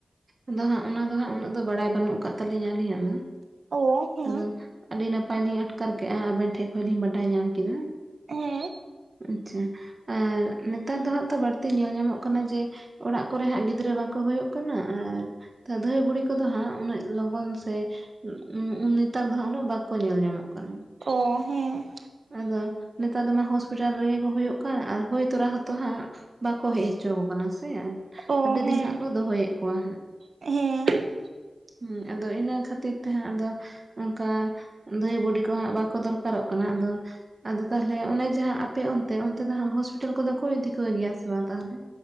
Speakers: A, on the right; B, on the right.
A: ᱟᱫᱚ ᱦᱟᱸᱜ ᱚᱱᱟ ᱫᱚ ᱦᱟᱸᱜ ᱩᱱᱟᱹᱜ ᱫᱚ ᱵᱟᱲᱟᱭ ᱵᱟᱹᱱᱩᱜ ᱠᱟᱜ ᱛᱟᱞᱤᱧᱟ ᱟᱹᱞᱤᱧᱟᱜ <unintelligible>
B: ᱚ ᱦᱮᱸ
A: ᱟᱫᱚ ᱟᱹᱰᱤ ᱱᱟᱯᱟᱭ ᱞᱤᱧ ᱟᱴᱠᱟᱨ ᱠᱮᱜᱼᱟ ᱟᱵᱮᱱ ᱴᱷᱮᱱ ᱠᱷᱚᱡ ᱞᱤᱧ ᱵᱟᱰᱟᱭ ᱧᱟᱢ ᱠᱮᱫᱟ᱾
B: ᱦᱩᱸ
A: ᱟᱪᱷᱟ ᱟᱨ ᱱᱮᱛᱟᱨ ᱫᱚ ᱦᱟᱸᱜ ᱛᱚ ᱵᱟᱹᱲᱛᱤ ᱧᱮᱞ ᱧᱟᱢᱚᱜ ᱠᱟᱱᱟ ᱡᱮ ᱚᱲᱟᱜ ᱠᱚᱨᱮ ᱦᱟᱸᱜ ᱜᱤᱫᱽᱨᱟᱹ ᱵᱟᱠᱚ ᱦᱚᱭᱳᱜ ᱠᱟᱱᱟ ᱟᱨ ᱫᱷᱟᱹᱭ ᱵᱩᱲᱦᱤ ᱠᱚᱫᱚ ᱦᱟᱸᱜ ᱞᱚᱜᱚᱱ ᱥᱮ ᱩᱢᱢ ᱱᱮᱛᱟᱨ ᱫᱚ ᱦᱟᱸᱜ ᱩᱱᱟᱹᱜ ᱵᱟᱠᱚ ᱧᱮᱞ ᱧᱟᱢᱚᱜ ᱠᱟᱱᱟ᱾
B: ᱳ ᱦᱮᱸ
A: ᱟᱫᱚ ᱱᱮᱛᱟᱨ ᱫᱚ ᱢᱟ ᱦᱚᱥᱯᱤᱴᱟᱞ ᱨᱮᱜᱮ ᱠᱚ ᱦᱩᱭᱳᱜ ᱠᱟᱱ ᱟᱨ ᱦᱩᱭ ᱛᱚᱨᱟ ᱦᱚᱸᱛᱚ ᱦᱟᱸᱜ ᱵᱟᱠᱚ ᱦᱮᱡ ᱦᱚᱪᱚᱣᱟᱠᱚ ᱠᱟᱱᱟ ᱥᱮ
B: ᱚ
A: ᱟᱹᱰᱤ
B: ᱦᱮᱸ
A: ᱫᱤᱱ ᱦᱟᱸᱜ ᱠᱚ ᱫᱚᱦᱚᱭᱮᱫ ᱠᱚᱣᱟ᱾
B: ᱦᱮᱸ
A: ᱦᱩᱸ ᱟᱫᱚ ᱤᱱᱟᱹ ᱠᱷᱟᱹᱛᱤᱨ ᱛᱮᱦᱟᱸᱜ ᱟᱫᱚ ᱚᱱᱠᱟ ᱫᱷᱟᱹᱭ ᱵᱩᱰᱤᱠᱚ ᱦᱟᱸᱜ ᱵᱟᱠᱚ ᱫᱚᱨᱠᱟᱨᱚᱜ ᱠᱟᱱᱟ ᱟᱫᱚ ᱟᱫᱚ ᱛᱟᱦᱚᱞᱮ ᱚᱱᱮ ᱡᱟᱦᱟᱸ ᱟᱯᱮ ᱚᱱᱛᱮ ᱚᱱᱛᱮ ᱫᱚ ᱦᱟᱸᱜ ᱦᱚᱥᱯᱤᱴᱟᱞ ᱠᱚᱫᱚ ᱠᱚᱭ ᱤᱫᱤ ᱠᱚ ᱜᱮᱭᱟ ᱥᱮ ᱵᱟᱝ ᱛᱟᱦᱚᱞᱮ